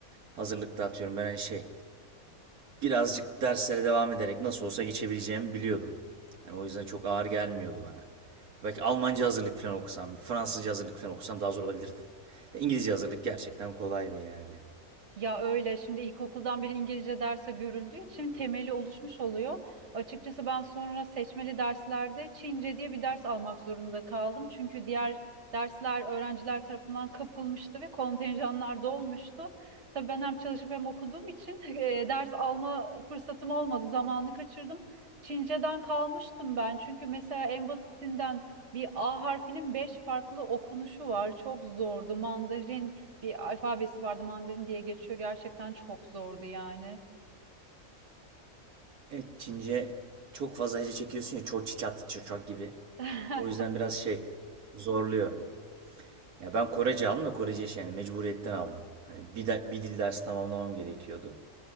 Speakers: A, on the right; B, on the right.
A: hazırlıkta atıyorum ben hani şey birazcık derslere devam ederek nasıl olsa geçebileceğimi biliyordum. Yani o yüzden çok ağır gelmiyordu bana. Belki Almanca hazırlık falan okusam, Fransızca hazırlık falan okusam daha zor olabilirdi. İngilizce hazırlık gerçekten kolaydı yani.
B: Ya öyle şimdi ilkokuldan beri İngilizce derse görüldüğü için temeli oluşmuş oluyor. Açıkçası ben sonra seçmeli derslerde Çince diye bir ders almak zorunda kaldım. Çünkü diğer dersler öğrenciler tarafından kapılmıştı ve kontenjanlar dolmuştu. Tabii ben hem çalışıp hem okuduğum için <laughs> eee, ders alma fırsatım olmadı, zamanı kaçırdım. Çince'den kalmıştım ben. Çünkü mesela en basitinden bir A harfinin beş farklı okunuşu var. Çok zordu. Mandarin bir alfabesi vardı Mandarin diye geçiyor. Gerçekten çok zordu yani.
A: Evet Çince çok fazla hece çekiyorsun ya çok çiçat çiçak gibi.
B: <laughs>
A: O yüzden biraz şey zorluyor. Ya ben Korece aldım da Korece iş yani mecburiyetten aldım. Hani bir, de- bir dil dersi tamamlamam gerekiyordu.